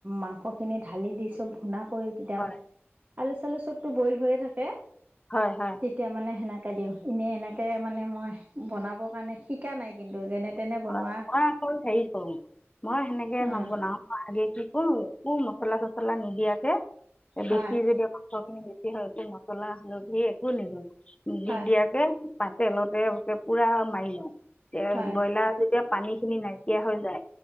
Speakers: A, on the right; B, on the left.
A: মাংস খিনি ঢালি দি চব ঘুনা কৰি প যাম।
B: হয়,
A: আলু চালু চবটো বইল হৈয়ে থাকে
B: হয়, হয়,
A: তেতিয়া মানে সেনেকে তে দিওঁ এনেই এনেকৈ মানে মই বনাবৰ কাৰণে শিকা নাই কিন্তু যেনে তেনে বনোৱা
B: অ মই আকৌ হেৰি কৰো মই হেনেকে
A: অ',
B: নবনাও মই আগে কি কৰো একো মচলা চচলা চলা নিদিয়াকে
A: হয়
B: বেছি যেদিয়া পাচৰ খিনি হয়তো মছলা হালধি একো নিদিওঁ
A: হয়
B: দিন দিয়াকে তেলতেক পুৰা মাৰি লওঁ এ
A: হয়
B: ব্ৰইলাৰ। তেতিয়া পানী খিনি নাইকিয়া হৈ যায়।